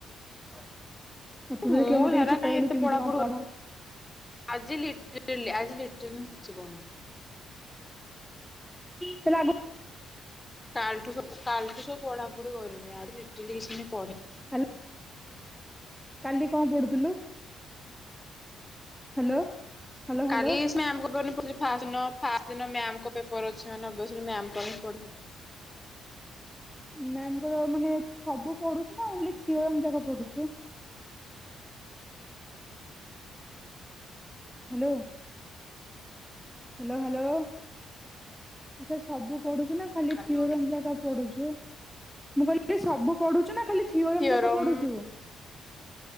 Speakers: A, in the centre; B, on the left.
A: ଆଉ ତୁ ତ
B: ମୁଁ
A: ଦେଖିଲେ ମତେ
B: ହେରା
A: କିଛି
B: କାହିଁ
A: କହୁନୁ
B: ଏତେ
A: କେମିତି
B: ପଢାପଢି
A: କଣ ପଢ
B: ଆଜି ଲିଟରାଲି ଆଜି ଲିଟରାଲି ମୁଁ କିଛି ପଢିନି।
A: ତ ଲାଗୁ
B: କାଲଠୁ ସବୁ କାଲଠୁ ସବୁ ପଢାପଢି କରିମି ଆଜି ଲିଟରାଲି କିଛି ମୁଁ ପଢିନି।
A: ହାଲୋ କାଲି କଣ ପଢୁଥୁଲୁ? ହାଲୋ। ହାଲୋ ହାଲୋ
B: କାଲି ସିନା ଆମ <unintelligible> ଫାଷ୍ଟ୍ ଦିନ, ଫାଷ୍ଟ୍ ଦିନ ମ୍ୟାମ୍ ଙ୍କ ପେପର ଅଛିମାନେ ଓବିଅସ୍ ଲି ମ୍ଯାମ୍ ଙ୍କର ହି
A: <inaudible> ମ୍ୟାମ୍ ଙ୍କର ମାନେ ସବୁ ପଢୁଚୁ ନା ଓନ୍ଲି ଥିଓରୀ ଯାକ ଯାକ ପଢୁୁଛୁ। ହାଲୋ। ହାଲୋ ହାଲୋ, ଆଚ୍ଛା ସବୁ ପଢୁଛୁ ନା? ଖାଲି
B: ହ୍ୟାଲୋ
A: ଥିଓରମ୍ ଯାକ ପଢୁଛୁ। ମୁଁ କହିଲି ସବୁ ପଢୁଚୁ ନା ଖାଲି ଥିଓରମ୍
B: ଥିଓରମ
A: ଯାକ ପଢୁଛୁ?